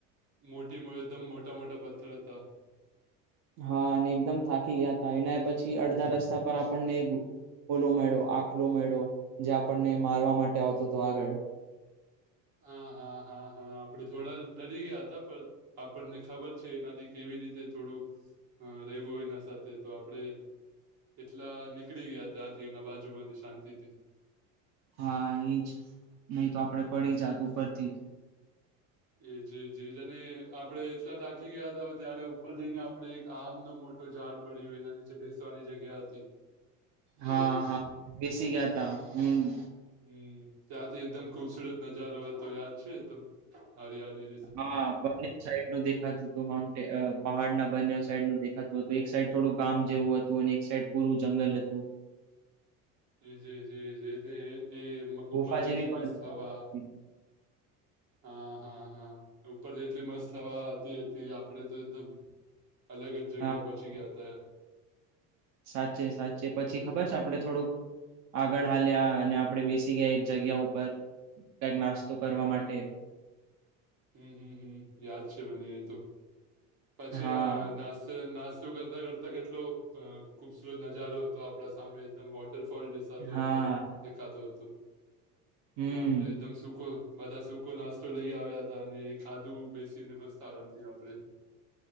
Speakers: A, on the right; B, on the right.
A: મોટી મોટી એકદમ મોટા મોટા પથ્થર હતા
B: હા અને એકદમ થાકી ગયાતા એના પછી અડધા રસ્તા પર આપણને ઓલો મેડો આખલો મેડો જે આપણને મારવા માટે આવતો હતો આગળ
A: હા, હા, હા, હા આપણે થોડા ડરી ગયા હતા, પણ આપણને ખબર છે, એનાથી કેવી રીતે થોડું અ રહેવું. એના સાથે તો આપડે એટલા નીકળી ગયા ત્યાંથી એના બાજુમાંથી શાંતિથી
B: હા એજ નહીં તો આપડે પડી જાત ઉપરથી જ
A: એજ જ જ અને આપડે એટલા થાકી ગયા હતા, ત્યારે ઉપર જઈને આપણેે એક આમનો મોટ તો ઝાડ મળ્યું એના નીચે બેસવાની જગ્યા હતી, તો
B: હા હા બેસી ગયાતા હું,
A: હું ત્યાંથી એકદમ ખુબસુરત નજારો હતો યાદ છે, એકદમ હરિયાળી
B: હા બને સાઈડ નો દેખતું હતું માઉન્ટે અ પહાડના બંને સાઈડનું દેખાતું હતું એક સાઈડ થોડું ગામ જેવું હતું અને એક સાઈડ પૂરું જંગલ હતું
A: એજે જે જે એ
B: ગુફા
A: ઉપરથી
B: જેવી
A: એટલી
B: પણ
A: મસ્ત હવા હા, હા, હા ઉપર એટલી મસ્ત હવા આવાતી હતી આપણે તો એકદમ અલગ જગ્યા
B: હા
A: પહોંચી ગ્યાતા
B: સાચે સાચે પછી ખબર
A: હતું
B: છે, આપડે આપણે થોડુંક આગળ હાલ્યા અને આપણેે બેસી ગયા એક જગ્યા ઉપર કંઈક નાસ્તો
A: હું,
B: કરવા
A: હું,
B: માટે
A: હું, હું, હું, હું યાદ છે, મને એ તો પછી
B: હા
A: આ નાસ નાસ જો કરતા કરતા કેટલો અ ખુબસુરત નજારો હતો આપડા સામે એકદમ વોટરફોલ હતો
B: હા
A: હતો દેખાતો હતો
B: હમ
A: ને આપડે એકદમ સુકો બધા સૂકો નાસ્તો લઈ આવ્યા હતા અને એ ખાધું બેસીને મસ્ત આરામથી આપડે